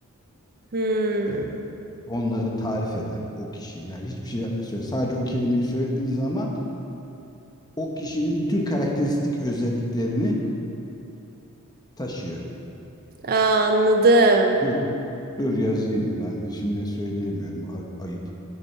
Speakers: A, on the right; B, on the left.
A: Hmm.
B: Yani onları tarif eden o kişi, yani hiçbir şey söyle sadece o kelimeyi söylediğin zaman o kişinin bütün karakteristik özelliklerini taşıyor.
A: Aa, anladım.
B: Dur dur yazayım ben şimdi söyleyemiyorum a- ayıp.